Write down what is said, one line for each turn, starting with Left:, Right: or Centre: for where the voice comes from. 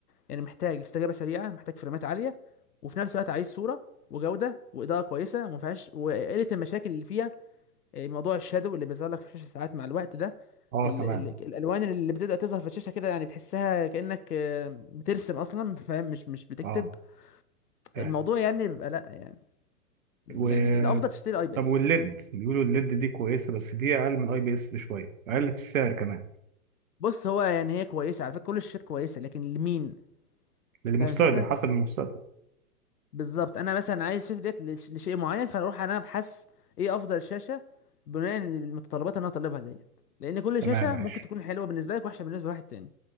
Left: يعني محتاج استجابه سريعه محتاج فريمات عاليه وفي نفس الوقت عايز صوره وجوده واضاءه كويسه وما فيهاش وقله المشاكل اللي فيها آه، موضوع الشادو اللي بيظهر لك في الشاشه ساعات مع الوقت ده
Right: اه
Left: ال
Right: تمام
Left: ال الالوان اللي بتبدا تظهر في الشاشه كده يعني بتحسها كانك آه، بترسم اصلا فاهم مش مش بتكتب
Right: اه فاهم.
Left: الموضوع يعني بيبقى لا يعني يعني
Right: و
Left: الافضل تشتري اي بي
Right: طب
Left: اس
Right: والليد بيقولوا الليد دي كويسة بس دي أقل من أي بي إس بشوية أقل في السعر كمان
Left: بص هو يعني هي كويسه على فكره كل الشاشات كويسه لكن لمين
Right: للمستخدم
Left: فاهم الفكره
Right: حسب المستخدم
Left: بالظبط انا مثلا عايز الشاشه ديت لش- لشيء معين فاروح انا ابحث ايه افضل شاشه بناء على المتطلبات اللي انا طالبها ديت لان كل
Right: تمام
Left: شاشه
Right: ماشي
Left: ممكن تكون حلوه بالنسبه لك وحشه بالنسبه لواحد تاني